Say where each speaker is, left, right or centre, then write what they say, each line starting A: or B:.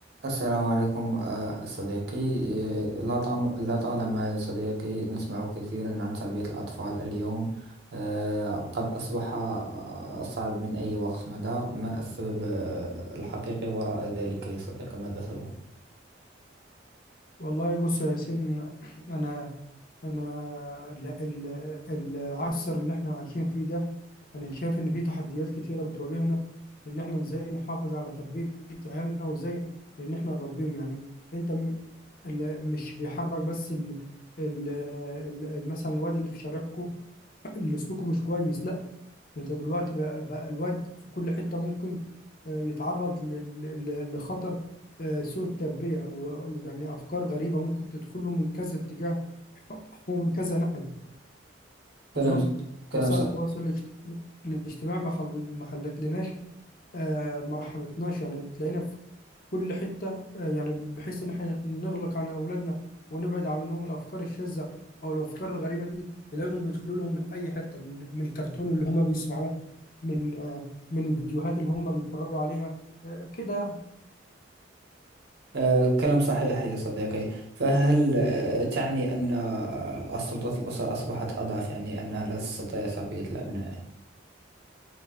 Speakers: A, on the right; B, on the left.
A: السلام عليكم آه، صديقي آه، لا طام- لا طالما يا صديقي نسمع كثيرا عن تربية الأطفال اليوم آه، قد أصبح آه، صعب من أي وقت مضى ما السبب آه، الحقيقي وراء ذلك يا صديقي ماذا تظن؟
B: والله بص يا ياسين انا انا ال- ال- العصر اللي احنا عايشين فيه ده انا شايف ان فيه تحديات كتيره بتواجهنا ان احنا ازاي نحافظ على تربيه عيالنا وازاي ان احنا نربيهم يعني انت م- ال- مش بيحاربك بس ال ال ال- مثلا الواد اللي في شارعكو اللي سلوكه مش كويس لا انت دلوقتي بقى, بقى الواد في كل حتة ممكن آه، يتعرض ل- ل- لخطر آه، سوء التربية ويعني أفكار غريبة ممكن تدخله من كذا اتجاه ومن كذا ناحية
A: كلام
B: أظن
A: كلام
B: وسائل
A: ص...
B: التواصل الاجت- الاجتماعي ما خل... ما خلتلناش آه، ما رحمتناش يعني تلاقينا في كل حتة آه، يعني بحيث إن إحنا نغلق عن أولادنا ونبعد عنهم الأفكار الشاذة أو الأفكار الغريبة دي تلاقيهم بيدخلوا لهم من أي حتة من, من الكرتون اللي هما بيسمعوه من آه، من الفيديوهات اللي هم بيتفرجوا عليها آه، كده
A: آه، كلام صحيح يا صديقي فهل آه، تعني أن السلطة الأسرة أصبحت أضعف يعني أنها لا تستطيع تربية الأبناء؟